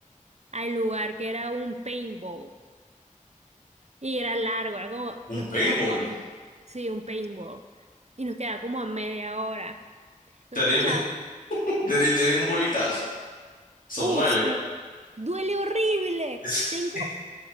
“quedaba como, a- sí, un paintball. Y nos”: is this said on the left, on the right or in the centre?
Right